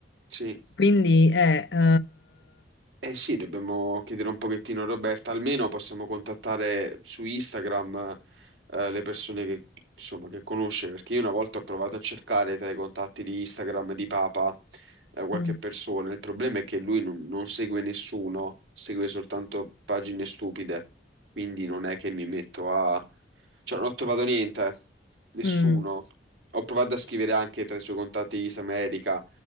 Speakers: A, on the right (about 80°); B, on the left (about 70°).
A: Sì.
B: Quindi, eh, eh,
A: Eh sì, dobbiamo chiedere un pochettino a Roberta, almeno possiamo contattare su Instagram eh, le persone che, insomma, che conosce, perché io una volta ho provato a cercare tra i contatti di Instagram di Papa eh, qualche
B: mm,
A: persona, il problema è che lui non, non segue nessuno, segue soltanto pagine stupide, quindi non è che mi metto a... cioè non ho trovato niente, nessuno.
B: mm.
A: Ho provato a scrivere anche tra i suoi contatti Isam e Erika,